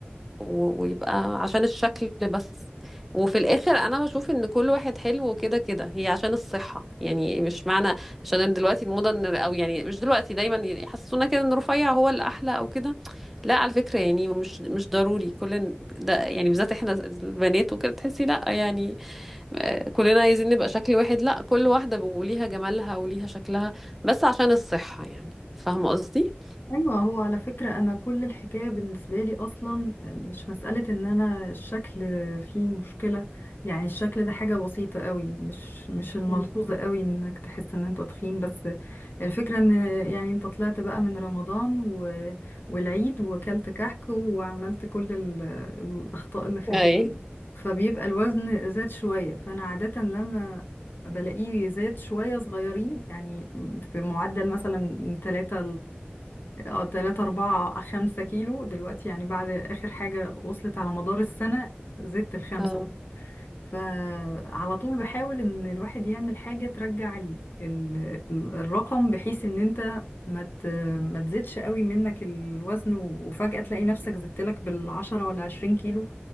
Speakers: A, in the centre; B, on the left.
A: و- ويبقى عشان الشكل بس وفي الاخر انا بشوف ان كل واحد حلو كده كده هي عشان الصحة يعني مش معنى عشان دلوقتي الموضة إن- او يعني مش دلوقتي دايما يحسسونا كده ان رفيع هو الاحلى او كده لا على فكرة يعني مش مش ضروري كل ال- ده يعني بالذات احنا البنات وكده تحسي لا يعني آه، كلنا عايزين نبقى شكل واحد لا كل واحدة وليها جمالها وليها شكلها بس عشان الصحة يعني فاهمة قصدي؟
B: ايوه هو على فكره انا كل الحكايه بالنسبه لي اصلا آه، مش مساله ان انا الشكل فيه مشكله يعني الشكل ده حاجه بسيطه قوي مش مش الملحوظه
A: مم.
B: قوي انك تحس ان انت تخين بس الفكره ان يعني انت طلعت بقى من رمضان و... والعيد وكلت كحك وعملت كل ال... الاخطاء اللي في الدنيا
A: اي
B: فبيبقى الوزن زاد شويه فانا عاده لما بلاقيه زاد شوية صغيرين يعني في معدل مثلا 3 اه تلاتة أربعة آه، خمسة كيلو دلوقتي يعني بعد آخر حاجة وصلت على مدار السنة زدت الخمسة
A: اه
B: فعلى طول بحاول إن الواحد يعمل حاجة ترجع ال ال الرقم بحيث إن أنت ما ت- ما تزيدش قوي منك الوزن و- وفجأة تلاقي نفسك زدت لك بالعشرة ولا عشرين كيلو